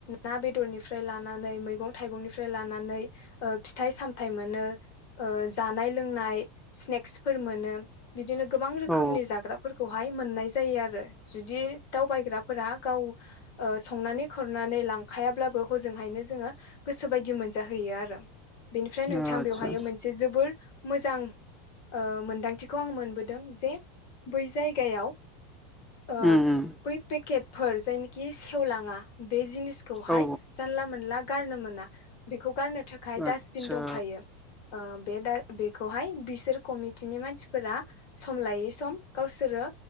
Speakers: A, on the left; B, in the centre.
A: ना बेदरनिफ्राय लानानै मैगं थाइगंनिफ्राय लानानै ओ फिथाइ सामथाय मोनो ओ जानाय लोंनाय स्नेक्स फोर मोनो बिदिनो गोबां रोखोमनि
B: औ
A: जाग्राफोरखौहाय मोननाय जायो आरो जुदि दावबायग्राफोरा गाव- ओ संनानै खुरनानै लांखायाब्लाबो हजोंहायनो जोङो गोसो बायदि मोनजाहैयो आरो बेनिफ्राय नोंथां
B: आदसा
A: बेवहायो मोनसे जोबोर मोजां ओ मोनदांथिखौ आं मोनबोदों जे बै जायगायाव अ
B: उम उम
A: बै पेकेट फोर जायनिखि सेवलाङा बे जिनिस खौ हाय
B: औ
A: जानला मोनला गारनो मोना बेखौ गारनो थाखाय
B: आदसा
A: दास्बिन दंखायो ओ बे दा बेखौहाय बिसोर कमिटिनि मानसिफोरा सम लायै सम गावसोरो